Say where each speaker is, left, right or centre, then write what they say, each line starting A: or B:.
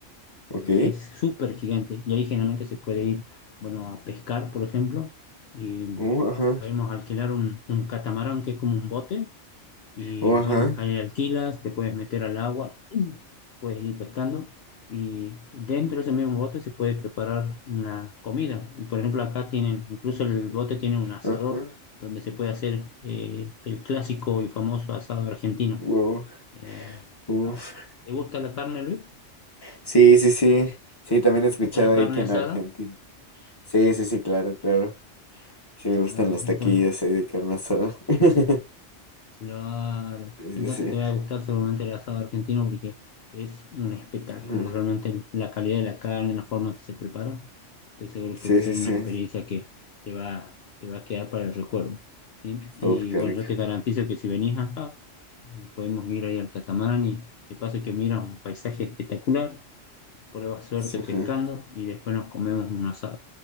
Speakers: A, on the left; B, on the left.
A: Ok.
B: pero que es súper gigante y ahí generalmente se puede ir, bueno, a pescar, por ejemplo, y
A: Uh, ajá.
B: podemos alquilar un, un catamarán que es como un bote y
A: Uh,
B: bueno,
A: ajá.
B: ahí alquilas, te puedes meter al agua, <clears throat> puedes ir pescando y dentro de ese mismo bote se puede preparar una comida. Y por ejemplo, acá tienen, incluso el bote tiene un asador
A: Ajá.
B: donde se puede hacer eh, el clásico y famoso asado argentino.
A: Wow,
B: Eh,
A: uf.
B: ah, ¿te gusta la carne, Luis?
A: Sí, sí, sí. Sí, también he
B: ¿Te
A: escuchado
B: gusta la carne
A: ahí que en
B: asada?
A: Argentina. Sí, sí, sí, claro, claro. Sí, me
B: Claro,
A: gustan los
B: entonces
A: taquillos ahí de carne asada. <laughs>
B: Claro,
A: Sí,
B: entonces
A: sí, sí.
B: te va a gustar seguramente el asado argentino porque es un espectáculo,
A: Ajá.
B: realmente la calidad de la carne, la forma en que se prepara, estoy seguro
A: Sí,
B: que va a ser
A: sí, sí.
B: una experiencia que te va, te va a quedar para el recuerdo. ¿sí? Y
A: Uf, qué
B: bueno,
A: rico.
B: yo te garantizo que si venís acá, podemos ir ahí al catamarán y de paso que miras un paisaje espectacular, pruebas suerte
A: Sí. ajá.
B: pescando y después nos comemos un asado.